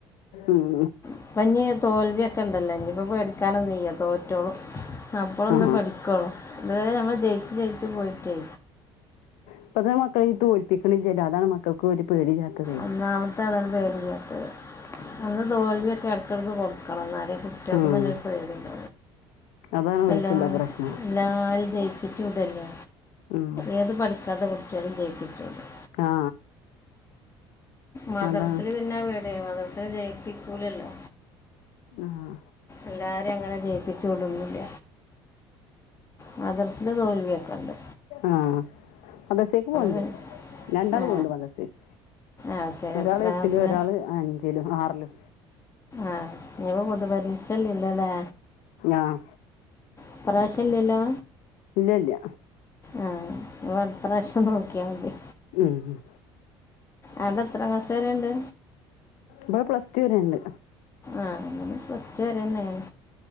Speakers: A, on the left; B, on the left.
A: ഉം
B: ഇപ്പ ഇന്നി തോൽവിയൊക്കെ ഇണ്ടല്ലോ ഇന്നി ഇപ്പ പേടിക്കാനൊന്നില്ല തോറ്റോളും അപ്പൊളൊന്ന്
A: ആ
B: പഠിക്കോളൂ ഇതുവരെ ഞങ്ങൾ ജയിച്ച ജയിച്ചു പോയിട്ടെ
A: ഇപ്പത്തെ മക്കള ഈ തോൽപ്പിക്കണില്ലല്ല അതാണ് മക്കൾക്ക് ഒരു പേടില്ലാത്തതെ
B: ഒന്നാമത്തെ അതാണ് പേടിയില്ലാത്തത് അ തോൽവിയൊക്കെ ഇടയ്ക്കിടക്ക് കൊടുക്കണം എന്നാലെ ആർക്കുംന്നരു
A: ഉം
B: പേടിയില്ല
A: അതാണ് ഓൽക്കുള്ള
B: എല്ലാ
A: പ്രശ്നം
B: ല്ലാരേം ജയിപ്പിച്ചിടേല്ലേ
A: ഉം
B: ഏത് പഠി ക്കാത്ത കുട്ടികളേം ജയിപ്പിച്ചുവിടും
A: ആ
B: മദ്രസെല്
A: അതാണ്
B: പിന്നെ വീടെ മദ്രസെ ജയിപ്പിക്കൂലല്ലോ
A: ആഹ്
B: എല്ലാരേം അങ്ങനെ ജയിപ്പിച്ചു വിടൂ ന്നില്ല മദ്രസെയില് തോൽവിയൊക്കെ ണ്ട്
A: ആഹ് മദ്രസെക്ക് പോണ്ട്
B: പിന്നെ
A: രണ്ടാള്
B: ആ
A: പോണ്ട് മദ്രസെക്ക്
B: ആവശ്യം
A: ഒരാള്
B: പ്രായത്തിൽ
A: എട്ടില് ഒരാള് അഞ്ചിലും ആറിലും
B: ആഹ് ന്നിപ്പൊ പൊതുപരീക്ഷ ഇല്ല്യ ല്ലേ
A: ആഹ്
B: ഇ പ്രാവശ്യം ഇല്ല്യ ല്ലൊ
A: ഇല്ല്യ ഇല്ല്യ
B: ആ അപ്പൊ അടുത്രാവശ്യം നോക്കിയാൽ മതി
A: ഉം ഉ
B: അവിടെ എത്രാം ക്ലാസ്സോരെ ഉണ്ട്
A: ഇവിടെ പ്ലസ് ടു വരെെയുണ്ട്
B: ആഹ് എന്നെ പ്ലസ്റ്റ് വരെ തന്നെയാണ്